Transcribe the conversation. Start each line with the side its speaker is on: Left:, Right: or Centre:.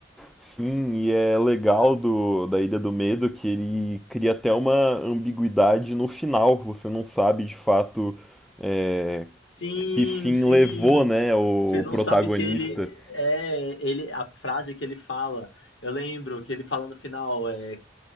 Centre: Sim, e é legal
Left: né?
Centre: do, da Ilha do Medo que ele cria até uma ambiguidade no final. Você não sabe de fato é,
Left: Sim,
Centre: que fim
Left: sim.
Centre: levou, né, o
Left: Você não
Centre: protagonista.
Left: Sim, é sabe se ele muito é ele a frase que ele fala. Eu lembro que ele fala no final, é,